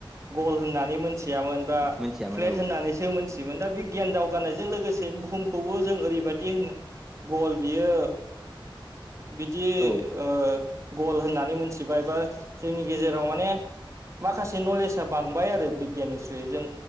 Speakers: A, on the right; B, in the centre.
A: गल होननानै मोन मिथियामोन बा
B: मिथियामोन
A: फ्लेट
B: औ
A: होननानैसो मोनथियोमोन दा बे गियान दावगानायजों लोगोसे बुहुमखौबो जों ओरैबायाददि होन गल बियो बिदि
B: औ
A: ओ गल होननानै मिथिबाय बा जोंनि गेजेराव माने माखासे नलेजआ बांबाय आरो बिगियाननिख्रुइ जों